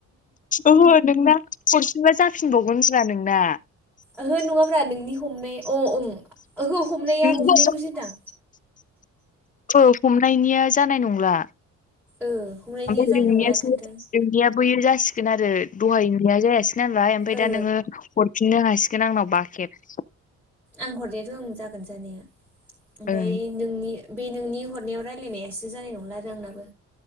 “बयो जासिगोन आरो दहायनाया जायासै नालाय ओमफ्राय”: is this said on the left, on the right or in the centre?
Left